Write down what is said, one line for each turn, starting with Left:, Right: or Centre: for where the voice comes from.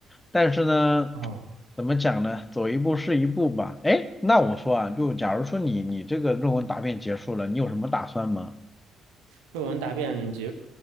Left: 但是呢，
Right: 嗯，
Left: 怎么讲呢？走一步是一步吧。哎，那我说啊，就假如说你你这个论文答辩结束了，你有什么打算吗？
Right: 论文答辩就